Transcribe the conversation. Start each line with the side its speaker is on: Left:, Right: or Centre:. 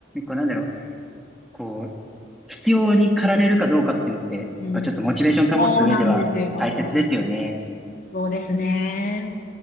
Centre: こうなんだろう、こう、必要に駆られるかどうかっていうのって、
Left: うん。
Centre: やっぱちょっとモチベーション保つ上では大切ですよね。
Left: そうなんですよ。そうですね。